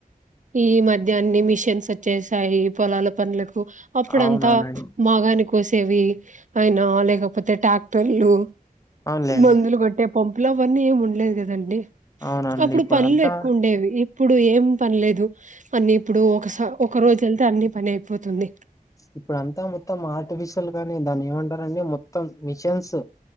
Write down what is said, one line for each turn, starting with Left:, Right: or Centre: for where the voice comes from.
Right: ఈ మధ్య అన్ని మిషన్స్ వచ్చేసాయి పొలాల పనులకు అప్పుడంతా
Left: అవునవునండి
Right: మాగాని కోసేవి అయినా లేకపోతే ట్రాక్టర్లు
Left: అవునులేండి
Right: మందులు కొట్టె పలు అవన్నీ ఏమి ఉండలేదు కదండి
Left: అవునండి
Right: అప్పుడు
Left: ఇప్పుడంతా
Right: పనులు ఎక్కువ ఉండేవి ఇప్పుడు ఏం పనిలేదు అన్ని ఇప్పుడు ఒకస ఒక రోజు వెళ్తే అన్ని పని అయిపోతుంది
Left: ఇప్పుడ అంతా మొత్తం ఆర్టిఫిషియల్ గాని దాన్ని ఏమంటారుంటడి మొత్తం మిషన్స్